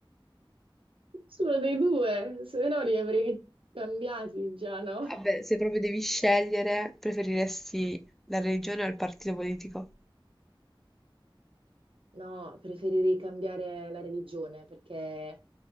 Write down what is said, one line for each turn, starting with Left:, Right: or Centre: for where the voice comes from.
Right: Solo dei due, se no li avrei cambiati già, no?
Centre: Vabbè, se proprio devi scegliere, preferiresti la religione o il partito politico?
Right: No, preferirei cambiare la religione perché